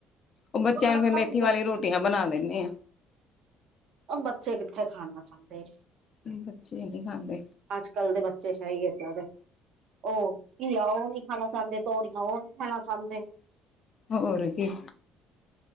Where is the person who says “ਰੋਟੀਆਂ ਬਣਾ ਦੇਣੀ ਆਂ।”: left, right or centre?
Left